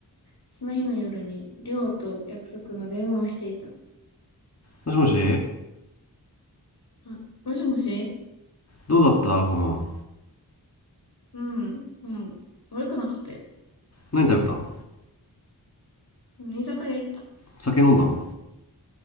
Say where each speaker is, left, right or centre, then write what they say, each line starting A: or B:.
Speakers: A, on the left; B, on the left.
A: その日の夜に、りょうと約束の電話をしていた。
B: もしもし
A: あ、もしもし
B: どうだったご飯。
A: うん、うん。悪くなかったよ。
B: 何食べたの
A: 居酒屋行った。
B: 酒飲んだの